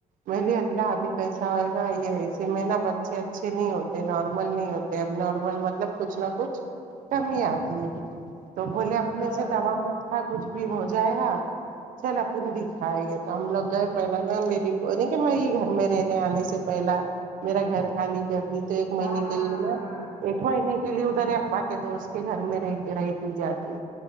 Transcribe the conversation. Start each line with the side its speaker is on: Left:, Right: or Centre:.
Right: میں بولی اللہ ابھی کیسا ہوئے گا یے اسے میں نا بچے اچھے نہیں ہوتے نارمل نہیں ہوتے اب نارمل مطلب کچھ نہ کچھ کم ہی آتی ہے تو بولے نہیں
Left: ہاں
Right: ایسا دوا مت کھا کچھ بھی ہو جائے گا چلا اپن دی کھائے گے تو ہم لوگ گئے پہلے نا میری نہیں کی میں یے گھر میں رہنے آنے سے پہلا میرا گھر خالی کر دی تو ایک مہینے
Left: ہاں
Right: کے
Left: ہاں ہاں
Right: لیے نا
Left: ہاں
Right: ایک مہینے کے لیے ادھر ابا کے دوست کے گھر میں رہگی رہتی جاکے